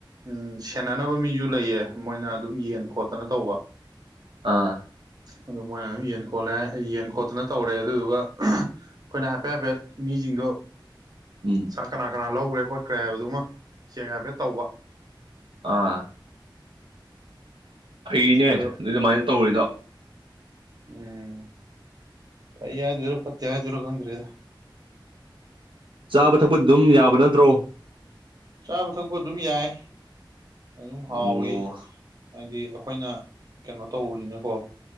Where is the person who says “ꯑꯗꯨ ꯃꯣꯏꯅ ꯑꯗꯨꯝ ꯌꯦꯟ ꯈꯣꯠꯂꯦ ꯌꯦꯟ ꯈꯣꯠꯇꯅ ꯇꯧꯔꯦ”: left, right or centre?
Right